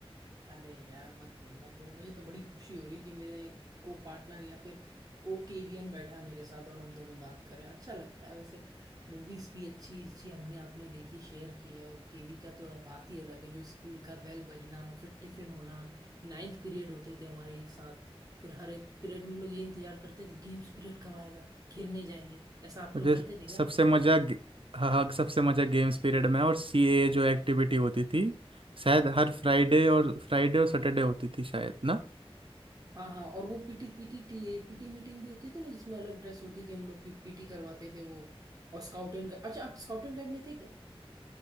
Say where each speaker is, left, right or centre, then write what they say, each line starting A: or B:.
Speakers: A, on the right (about 35°); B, on the right (about 60°).
A: अरे यार मत बोलो मत बोलो मुझे तो बड़ी खुशी हो रही कि मेरे एक को पार्टनर या फिर को केवियन बैठा है मेरे साथ और हम दोनों बात कर रहे हैं अच्छा लगता है वैसे मूवीज भी अच्छी अच्छी हमने आपने देखी शेयर की है और केवी का तो बात ही अलग है जो स्कूल का बेल बजना फिर टिफिन होना नाइन्थ पीरियड होते थे हमारे एक साथ फिर हर एक पीरियड में हम लोग ये इंतजार करते थे गेम्स पीरियड कब आएगा खेलने जाएंगे ऐसा आप
B: मुझे
A: लोग करते थे क्या
B: सबसे मज़ा गे- हाँ हाँ, सबसे मज़ा गेम्स पीरियड में और सी ए जो एक्टिविटी होती थी शायद हर फ्राइडे और फ्राइडे और सैटरडे होती थी शायद ना
A: हाँ हाँ और वो PT PT T PT meeting भी होती थी ना जिसमें अलग ड्रेस होती थी हम लोग की पीटी करवाते थे वो और स्काउट एंड गाइड अच्छा आप स्काउट एंड गाइड में थे क्या